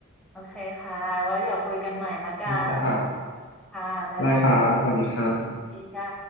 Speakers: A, in the centre; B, on the left.
A: โอเคค่ะไว้เดี๋ยวคุยกันใหม่ละกัน
B: ได้จ้า
A: ค่ะบ๊ายบา
B: ได้ครับสวัสดีครับ
A: ยจ้า